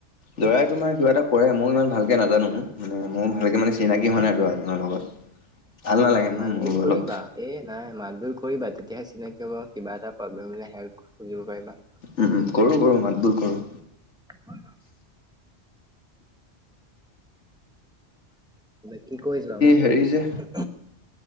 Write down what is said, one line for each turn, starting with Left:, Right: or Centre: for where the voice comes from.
Left: দৰাই তোমাৰ কিবা এটা কৰে মই ইমান ভালকে নাজানো মানে মোৰ ভালকে মানে চিনাকি হোৱা নাই দৰাজনৰ লগত ভাল নালাগে
Centre: অ
Left: ন
Centre: মাত
Left: মোৰো
Centre: বুল কৰিবা
Left: অলপ
Centre: এই নাই মাতবোৰ কৰিবা তেতিয়াহে চিনাকি হবা কিবা এটা প্ৰব্লেম হলে হেল্প খুজিব পাৰিবা
Left: হু হু কৰো কৰো মাত বোল কৰো
Centre: হয় নহয় বাকী কৈ যোৱা
Left: হেৰি
Centre: মই শুনি
Left: যে
Centre: আছো